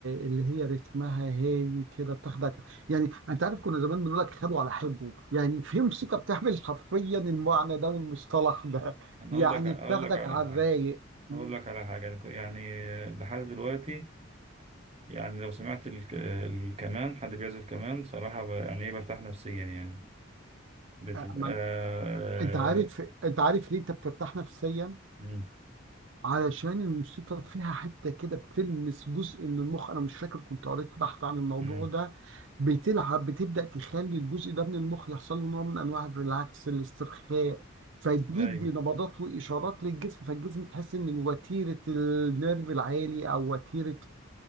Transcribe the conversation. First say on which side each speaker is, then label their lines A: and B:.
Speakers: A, on the right; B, on the right.
A: اللي هي رتمها هادي كده بتاخدك يعني انت عارف كنا زمان بنقول لك خدوا على حبه يعني في موسيقى بتعمل حرفيا المعنى ده والمصطلح ده
B: أنا
A: يعني
B: أقول لك أقول
A: بتاخدك
B: لك على
A: على
B: حاجة
A: الرايق م-
B: أقول لك على حاجة يعني ك- يعني آه، لحد دلوقتي يعني لو سمعت الك... الكمان حد بيعزف كمان صراحة ب... يعني إيه برتاح نفسيا يعني بتبقى
A: أ- من-
B: آه،
A: انت عارف انت عارف ليه انت بترتاح نفسيا
B: مم.
A: علشان الموسيقى فيها حتة كده بتلمس جزء من المخ أنا مش فاكر كنت قريت بحث عن الموضوع
B: مم.
A: ده بتلعب بتبدأ تخلي الجزء ده من المخ يحصل له نوع من أنواع الريلاكس الاسترخاء فيدي
B: أيوه
A: نبضات وإشارات للجسم فالجسم تحس إن وتيرة النيرف العالي أو وتيرة